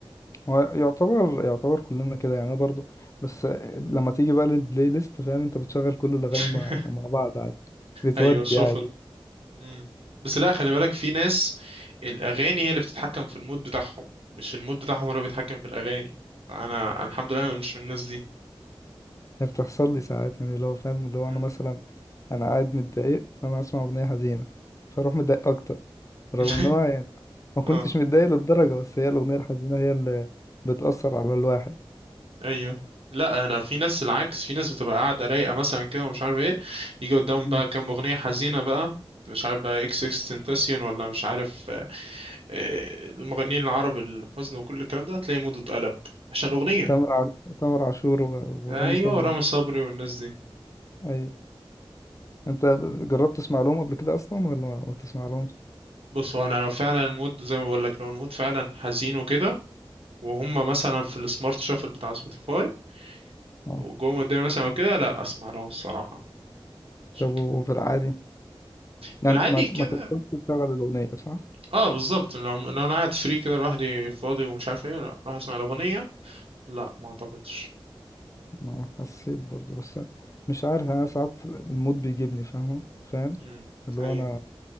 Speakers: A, on the left; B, on the right.
A: هو يعتبر يعتبر كلنا كده يعني أنا برضو بس لما تيجي بقى للبلاي ليست فاهم انت بتشغل كل الاغاني
B: <laughs>
A: مع مع بعض عادي بتودي
B: ايوه الشفل
A: عادي
B: امم بس لا خلي بالك في ناس الاغاني هي اللي بتتحكم في المود بتاعهم مش المود بتاعهم هو اللي بيتحكم في الاغاني انا الحمد لله أنا مش من الناس دي
A: يعني بتحصل لي ساعات يعني لو فاهم اللي هو
B: مم.
A: انا مثلا انا قاعد متضايق فانا اسمع اغنيه حزينه فاروح متضايق اكتر
B: <laughs>
A: رغم ان انا يعني ما كنتش
B: اه
A: متضايق للدرجه بس هي الاغنيه الحزينه هي اللي بتاثر على الواحد
B: ايوه لا انا في ناس العكس في ناس بتبقى قاعده رايقه مثلا كده ومش عارف ايه يجي قدامهم
A: مم.
B: بقى كام اغنيه حزينه بقى مش عارف بقى اكس اكس تنتاسيون ولا مش عارف آه، آه، المغنيين العرب الحزن وكل الكلام ده تلاقي موده اتقلب عشان الاغنيه
A: تامر ع... تامر عاشور و- ورامي
B: ايوه
A: صبري
B: رامي صبري والناس دي
A: اي انت جربت تسمع لهم قبل كده اصلا ولا ما ما بتسمع لهمش
B: بص هو انا لو فعلا المود زي ما بقول لك لو المود فعلا حزين وكده وهم مثلا في السمارت شافل بتاع سبوتيفاي
A: اه
B: وجم قدامي مثلا وكده لا اسمع لهم الصراحه عشان
A: طب وفي العادي
B: في
A: يعني
B: العادي
A: ما
B: كده
A: ما تقدرش تشغل الأغنية صح؟
B: اه بالظبط لو لو انا قاعد فري كده لوحدي فاضي ومش عارف ايه لا راح اسمع الاغنيه لا ما اعتقدش
A: ما حسيت برضو بس مش عارف
B: مم.
A: يعني أنا ساعات المود بيجيبني فاهم فاهم
B: مم.
A: اللي هو
B: ايوه
A: أنا